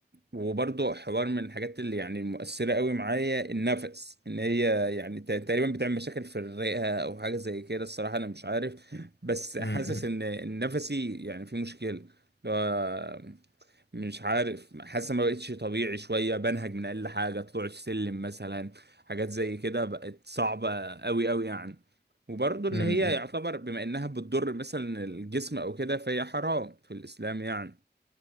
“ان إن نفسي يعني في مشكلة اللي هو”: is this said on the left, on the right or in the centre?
Right